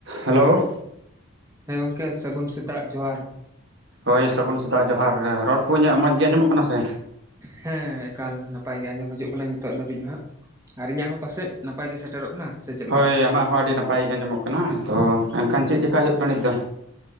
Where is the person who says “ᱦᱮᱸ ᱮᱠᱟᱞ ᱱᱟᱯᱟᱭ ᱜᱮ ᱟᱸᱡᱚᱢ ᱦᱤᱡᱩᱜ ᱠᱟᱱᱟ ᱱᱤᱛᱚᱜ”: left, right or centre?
Right